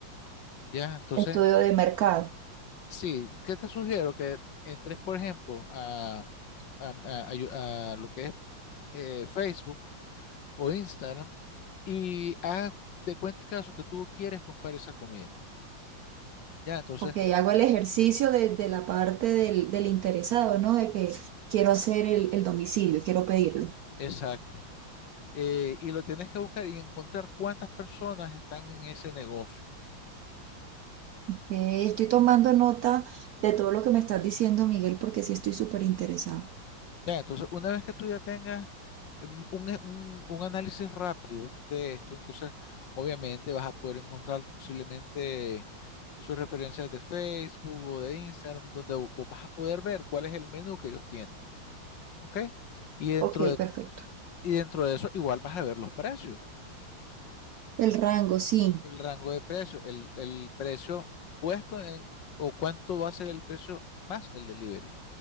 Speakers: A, on the left; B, on the right.
A: ¿Ya? Entonces,
B: Estudio de mercado.
A: Sí, ¿qué te sugiero? Que entres, por ejemplo, a, a- a- a yo- a lo que es eh, Facebook o Instagram y haz de cuenta y caso que tú quieres comprar esa comida. Ya, entonces,
B: Ok, hago el ejercicio de, de la parte del, del interesado, ¿no? De que quiero hacer el, el domicilio, quiero pedirlo.
A: exacto. Eh, y lo tienes que buscar y encontrar cuántas personas están en ese negocio.
B: Ok, estoy tomando nota de todo lo que me estás diciendo, Miguel, porque sí estoy súper interesada.
A: Ya, entonces, una vez que tú ya tengas mm, un, e- un un análisis rápido de esto, entonces, obviamente vas a poder encontrar posiblemente sus referencias de Facebook o de Instagram, donde vo- vos vas a poder ver cuál es el menú que ellos tienen, ¿ok? Y dentro
B: Ok,
A: de,
B: perfecto.
A: y dentro de eso igual vas a ver los precios,
B: El rango, sí.
A: el rango de precios, el, el precio puesto en, o cuánto va a ser el precio más el delivery.